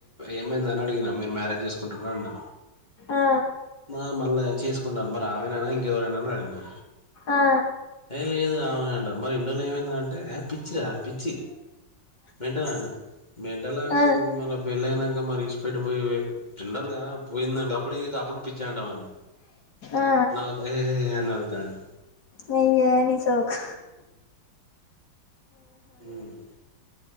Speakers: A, on the left; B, on the left.
A: ఏమైందని అడిగినా మీరు మ్యారేజ్ చేసుకుంటార అని అన్న
B: ఆ
A: మ మళ్ళా చేసుకుంటారు మరి ఆమె నేనా ఇంకెవరైనా అని అడిగినా
B: ఆ
A: ఏ లేదు రా ఆమె నే అంటారు మరి ఇన్నిరోజులు ఏమైంది అంటే పిచ్చిరా పిచ్చి మెంటల్ అంట మెంటల్ అంట
B: ఆ
A: మళ్ళ పెళ్ళి అయినాక మరి విడిచిపెట్టి పోయి జిండలుగా పోయిందండి అప్పుడు అప్పుడు పిచ్చే అంటావా అన్నా
B: ఆ
A: నవ్వుతాండు హెహేహీ అని నవ్వుతాండు
B: నీ ఏ నీ సోకు
A: ఉమ్